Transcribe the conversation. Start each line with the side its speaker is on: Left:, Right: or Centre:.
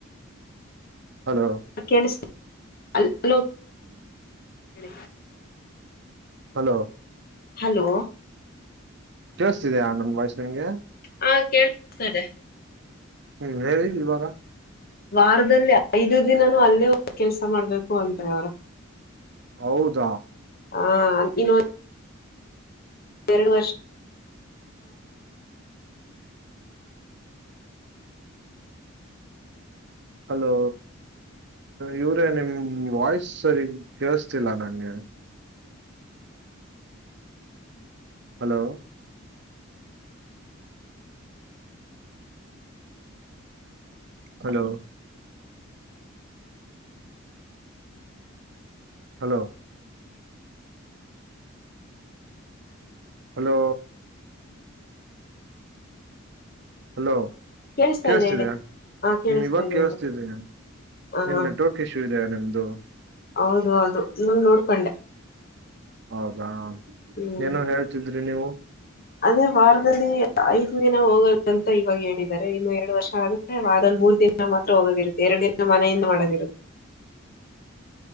Right: ಹಲೋ
Left: ಕೇಳಿಸ್ತಿದೆ ಹಲೋ
Right: ಹ್ಮ್
Left: ಹ್ಮ
Right: ಹಲೋ
Left: ಹಲೋ
Right: ಕೇಳಳ್ಸ್ತಿದ ನಂದ್ ವಾಯ್ಸ್ ನಿನಗೆ
Left: ಹಾ ಕೇಳಿಸ್ತಾಯಿದೆ
Right: ಹ್ಮ್ ಹೇಳಿ ಇವಾಗ
Left: ವಾರದಲ್ಲಿ ಐದು ದಿನನೂ ಅಲ್ಲೇಹೋಗಿ ಕೆಲ್ಸ ಮಾಡ್ಬೇಕು ಅನ್ರಿ ಅವ್ರ
Right: ಹೌದ
Left: ಹಾ ಇನ್ನು ಎರಡು ವರ್ಷ
Right: ಹಲೋ ಇವರೇ ನಿಮ್ಮ ವಾಯ್ಸರಿ ಕೇಳ್ಸ್ತಿಲ್ಲ ನಂಗೆ hello hello hello hello hello
Left: ಕೇಳಿಸ್ತಾ
Right: ಕೇಳಿಸತಿದ್ಯಾ
Left: ಇದೆ ಹೇಳಿ ಹಾ ಕೇಳಿಸ್ತಾ
Right: ಇವಾಗ
Left: ಇದೆ
Right: ಕೇಳಿಸ್ತಿದ್ದೀ
Left: ಹೇಳಿ ಹ
Right: ಏನು
Left: ಹಾ
Right: ನೆಟ್ವರ್ಕ್ ಇಶ್ಯೂ ಇದೆೆಯ ನಿಮದುು
Left: ಹೌದು ಹೌದು ಇವನು ನೋಡ್ಕೊಂಡೆ
Right: ಹೌದ
Left: ಹ್ಮ್
Right: ಏನೋ ಹೇಳ್ತಿದ್ರಿ ನೀವು <unintelligible>
Left: ಅದೇ ವಾರದಲ್ಲಿ ಐದು ದಿನ ಹೋಗದಂತ ಇವಾಗ ಹೇಳಿದ್ದಾರೆ ಇನ್ನು ಎರಡು ವರ್ಷ ಆದ್ರೆ ವಾರದಲ್ಲಿ ಮೂರು ದಿನ ನಾ ಮಾತ್ರ ಹೋಗದಿರುತ್ತೆ ಎರಡಿ ದಿನ ಮನೆಯಿಂದ ಮಾಡದಿರುತ್ತೆ